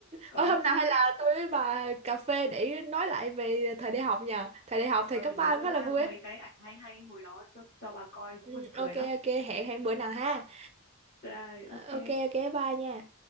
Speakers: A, on the left (about 45°); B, on the right (about 30°).
A: có
B: ôi hôm
A: chứ
B: nào hay là tôi với bà cà phê để nói lại về thời đại học nhờ thời đại học thời
A: ờ,
B: cấp
A: để
B: ba
A: tôi
B: cũng khá
A: mang
B: là vui
A: mấy
B: ấy
A: cái ảnh hay hay hồi đó cho, cho bà coi cũng
B: Ừ,
A: buồn cười
B: ok
A: lắm
B: ok hẹn hẹn bữa nào ha
A: rồi
B: Ờ,
A: ok
B: ok ok bye nha